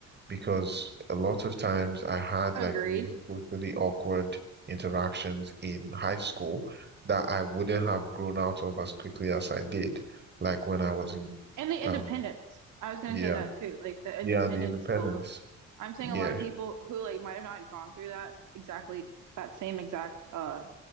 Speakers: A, on the right; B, on the right.
A: because a lot of times I had
B: Agreed.
A: like really socially awkward interactions in high school that I wouldn't have grown out of as quickly as I did. Like when I was in
B: And the
A: um,
B: independence. I was gonna
A: year
B: say that too. Like the independence
A: yeah, and the independence.
B: skills. I'm saying
A: Yeah.
B: a lot of people who like might have not gone through that exactly that same exact uh